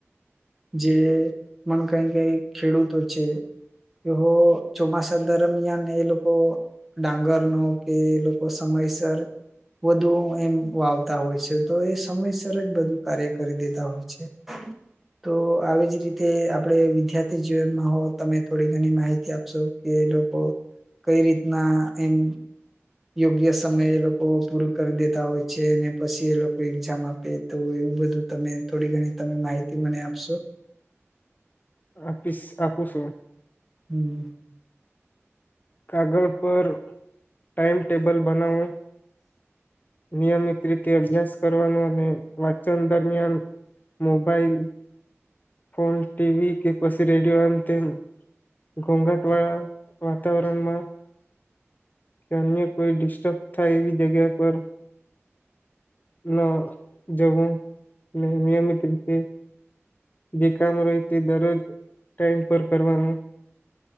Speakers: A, in the centre; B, on the left.
A: જે મન કઈ કઈ ખેડૂતો છે એ હો ચોમાસાસા દરમિયાન એલોકો ડાંગરનો કે લોકો સમયસર વધુ એમ વાવતા હોય છે તો એ સમયસર જ બધું કાર્ય કરી દેતા હોય છે. તો આવી જ રીતે આપડે વી અધ્યાથી જીવનમાં હો તમે થોડી ઘણી માહિતી આપશો કે એ લોકો કઈ રીતના એમ યોગ્ય સમય એ લોકો પૂરુ કરી દેતા હોય છે અને પછી એ લોકો એક્ઝામ આપ તો એવું બધું તમે થોડી ઘણી તમે માહિતી મને આપશો.
B: આપીશ આપું છું.
A: હમ્મ.
B: કાગળ પર ટાઈમટેબલ બનાવો નિયમિત રીતે અભ્યાસ કરવાનો અને વાંચન દરમિયાન મોબાઈલ ફોન ટી વી કે પછી રેડિયો આમ તેમ ઘોંઘાટ વાળા વાતાવરણમાં કે અન્ય કોઈ ડિસ્ટર્બ થાય એવી જગ્યા પર ન જવું ને નિયમિત રીતે જે કામ રેય તે દરરોજ ટાઈમ પર કરવાનું.